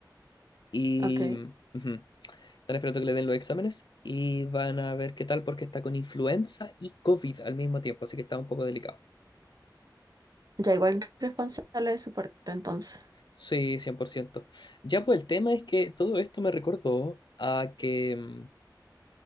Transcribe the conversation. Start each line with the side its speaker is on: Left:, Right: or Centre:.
Left: y...
Right: Ok,
Left: ujú, Están esperando que le den los exámenes y van a ver qué tal porque está con influenza y COVID al mismo tiempo, así que está un poco delicado.
Right: ya igual responsable de su parte entonces.
Left: Sí, 100%. Ya pues el tema es que todo esto me recordó a que... mm,